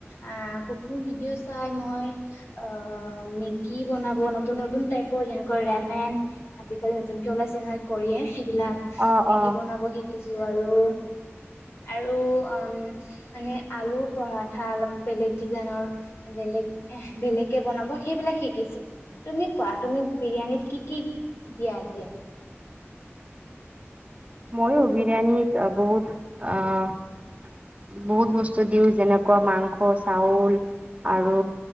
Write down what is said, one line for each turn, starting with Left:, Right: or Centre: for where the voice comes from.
Left: আ কুকিং ভিডিঅ' চাই মই, অ মেগি বনাব নতুন নতুন টাইপৰ যেনেকৈ ৰেমেন আজি কালি নতুনকে ওলাইছে নহয়। কৰিয়ে সেইবিলাক
Right: অ
Left: মেগী
Right: অ
Left: বনাব শিকিছো আৰু। আৰু উম মানে আলু পৰঠা অলপ বেলেগ ডিজাইনৰ বে বেলেগ এ বেলেগকে বনাব সেইবিলাক শিকিছো। তুমি কোৱা, তুমি বিৰিয়ানীত কি কি দিয়া এতিয়া?
Right: মইো বিৰিয়ানীত বহুত অ বহুত বস্তু দিওঁ যেনেকুৱা মাংস, চাউল আৰু